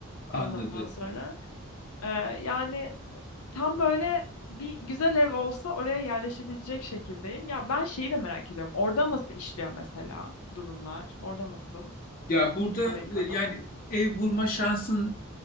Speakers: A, on the left (about 40°); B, on the left (about 80°).
A: Anladım.
B: Ondan sonra e, yani tam böyle bir güzel ev olsa oraya yerleşebilecek şekildeyim. Ya ben şeyi de merak ediyorum. Orada nasıl işliyor mesela durumlar? Orada nasıl?
A: Ya burada
B: Amerika'da.
A: e, yani ev bulma şansın